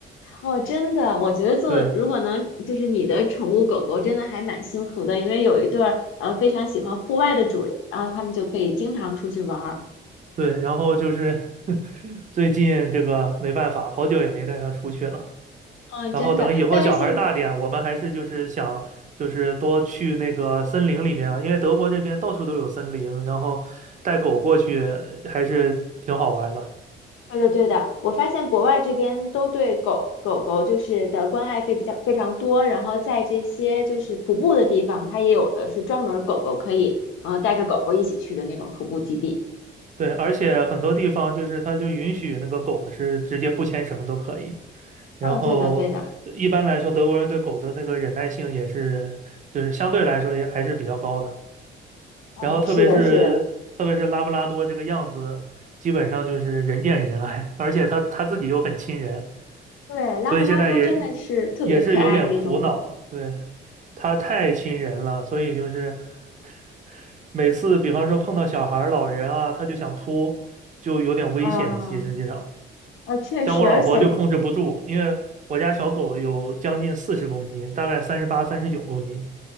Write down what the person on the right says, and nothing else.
对
对，然后就是 <laughs> 最近这个没办法，好久也没带它出去了。
然后等以后小孩儿大点，
我们还是就是想就是多去那个森林里面啊，因为德国这边到处都有森林，然后带狗过去还是挺好玩的。
对，而且很多地方就是它就允许那个狗是直接不牵绳都可以。然后一般来说，
德国人对狗的那个忍耐性也是，就是相对来说也还是比较高的。
然后特别是特别是拉布拉多这个样子，
基本上就是人见人爱，而且它它自己又很亲人，
所以现在也也是有点苦恼，对，它太亲人了，所以就是 <laughs> 每次比方说碰到小孩儿、老人啊，它就想扑，就有点危险。
其实实际上，
像我老婆就控制不住，
因为我家小狗有将近四十公斤，大概三十八、三十九公斤。